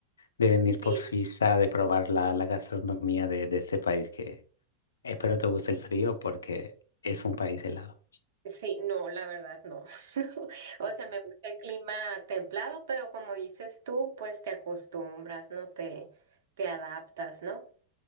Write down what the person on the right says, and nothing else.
sí,
sí, no, la verdad no. <laughs> O sea, me gusta el clima templado, pero como dices tú, pues te acostumbras, ¿no? Te, te adaptas, ¿no?